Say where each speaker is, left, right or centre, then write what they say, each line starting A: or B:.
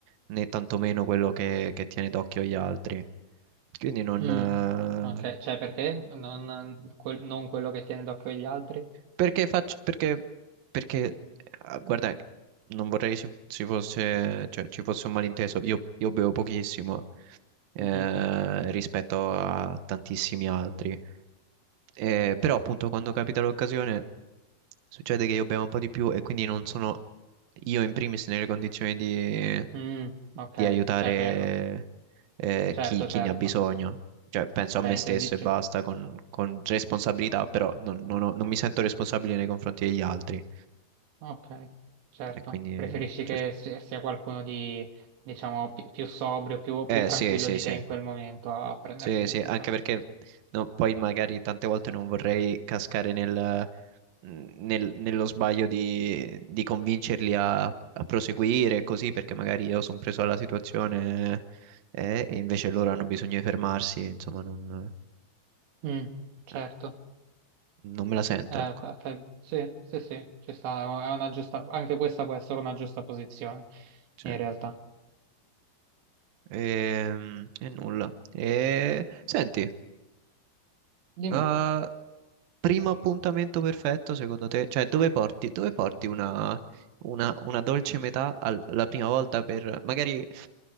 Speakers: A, on the right (about 70°); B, on the right (about 85°).
A: né tantomeno quello che, che tiene d'occhio gli altri. Quindi non,
B: Mm, Ok,
A: eh,
B: cioè perché? Non, quel- non quello che tiene d'occhio gli altri?
A: Perché faccio, perché, perché, eh, guarda, non vorrei si, si fosse, cioè, ci fosse un malinteso. Io, io bevo pochissimo eh,
B: Mhm.
A: rispetto a tantissimi altri. Eh, però appunto quando capita l'occasione succede che io bevo un po' di più e quindi non sono io in primis nelle condizioni di,
B: Mm, ok,
A: di aiutare
B: cioè per...
A: eh,
B: Certo,
A: chi, chi
B: certo.
A: ne ha bisogno. Cioè penso
B: Cioè,
A: a me
B: intendi...
A: stesso
B: cioè,
A: e basta con, con responsabilità, però non, non ho- non mi sento responsabile nei confronti degli altri.
B: Ok, certo.
A: E quindi
B: Preferisci
A: eh, cerco.
B: che si- sia qualcuno di, diciamo, pi- più sobrio, più, più
A: Eh
B: tranquillo
A: sì, sì,
B: di
A: sì,
B: te in quel momento a prendersene
A: sì, sì,
B: cura.
A: anche perché no, poi magari tante volte non vorrei cascare nel... mh, nel- nello sbaglio di, di convincerli a, a proseguire e così, perché magari io sono preso alla situazione eh, e invece loro hanno bisogno di fermarsi, insomma, non,
B: Mm, certo.
A: eh, non me la sento,
B: Eh,
A: ecco.
B: fa- fa- sì, sì, sì, ci sta. È una giusta... Anche questa può essere una giusta posizione,
A: Cioè,
B: in realtà.
A: ehm, e, nulla. E, senti,
B: Dimmi.
A: eh, primo appuntamento perfetto, secondo te? Cioè, dove porti, dove porti una, una- una dolce metà al- la prima volta per... Magari